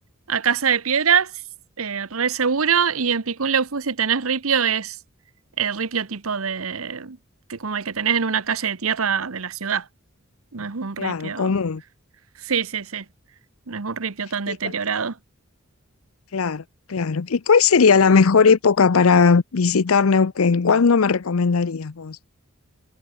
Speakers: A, on the right; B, on the left.
A: a Casa de Piedras, eh, re seguro. Y en Picún Leufu, si tenés ripio, es el ripio tipo de... que como el que tenés en una calle de tierra de la ciudad. No es un
B: claro,
A: ripio...
B: común.
A: Sí, sí, sí. No es un ripio tan deteriorado.
B: Y, cu- Claro, claro. ¿Y cuál sería la mejor época para visitar Neuquén? ¿Cuándo me recomendarías vos?